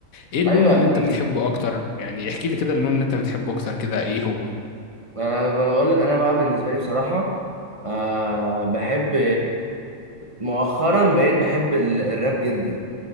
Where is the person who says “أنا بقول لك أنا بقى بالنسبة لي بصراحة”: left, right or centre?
Right